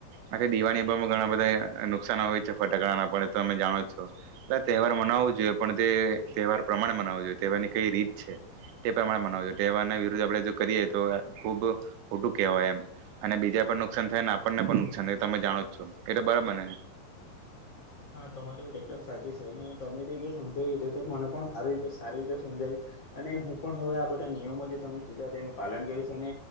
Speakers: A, on the right (about 75°); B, on the left (about 60°).
A: આ દિવાળી પર ઘણા બધા નુકસાાન હોય છે ફટાકડા ના પણ તમે જાણો જ છો એટલે તહેવાર મનાવો જોઈએ. પણ તે તહેવાર પ્રમાણે મનાવો જોઈએ તહેવારની કઈ રીત છે તે પ્રમાણે મનાવ જોઈએ તહેવારના વિરુદ્ધ આપણે જો કરીએ તો ખુબ ખોટું કહેવાય એમ અને બીજા પણ નુકસાન થાય ને આપણને પણ નુકસાન થાય તમે જાણો જ છો એટલે બરાબર ને.
B: હા તમારી માટેત એકદમ સાચી છે અને તમે જે સમજાવ મને પણ સ રીતે સારી રીતે સમજાવી અને હું પણ હવે આ બધા નિયમો જે તમે જીધ તેનું પાલન કરીશ અને